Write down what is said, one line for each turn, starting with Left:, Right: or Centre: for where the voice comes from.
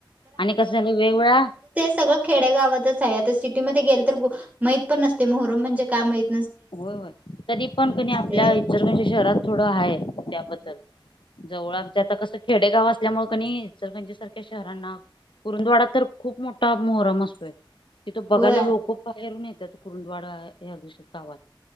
Left: आणि कसं झालं वेगवेगळा-
Right: सगं खेड्या गावातच आहे आता सिटीमध्येध्ये गेल तर माहित पण नसतय मोहरम म्हणजे काय माहीत
Left: होय होय तरी पण कणी
Right: नसते.
Left: आपल्या इचलकरंजी शहरात थोडं आहे त्याबद्दल जवळ आमच्या आता कसं खेडेगाव असल्यामुळे कणी इंचलकरंजी सारख्या शहरांना कुरूंदवाडात तर खूप मोठा मोहरम असतोय तिथं बघायला
Right: होय
Left: लोक बाहेरून येतात कुरुंदवाडा हे अगिश गावात